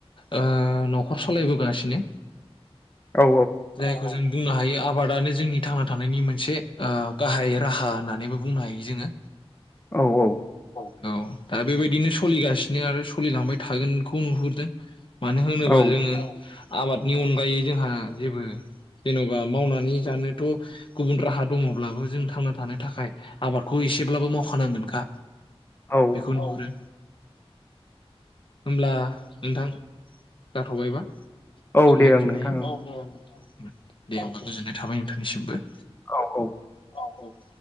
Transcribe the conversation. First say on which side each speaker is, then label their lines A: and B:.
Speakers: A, on the left (about 55°); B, on the left (about 20°).
A: ओ न'खर सालायबोगासिनो।
B: औ
A: जायखौ जों बुंनो हायो आबादानो जोंनि थांना थानायनि मोनसे ओ गाहाय राहा होननानैबो बुंनो हायो जोङो।
B: औ औ।
A: औ दा बेबायदिनो सोलिगासिनो आरो सलिलांबाय थागोनखौ नुहुरदों। मानो होनोबा
B: औ
A: जोङो आबादनि अनगायै जोंहा जेबो जेन'बा मावनानै जानोथ' गुबुन राहा दङब्लाबो जों थांना थानो थाखाय आबादखौ एसेब्लाबो मावखानांगोनखा।
B: औ
A: बेखौ नुहुरो। होनब्ला नोंथां जाथ'बायबा
B: औ
A: सोंनाय
B: दे ओं
A: फिननाया
B: नोंथां ओं
A: औ दे नोंथां उम दे अब्ला गोजोननाय थाबाय नोंथांनिसिमबो।
B: औ औ
A: औ औ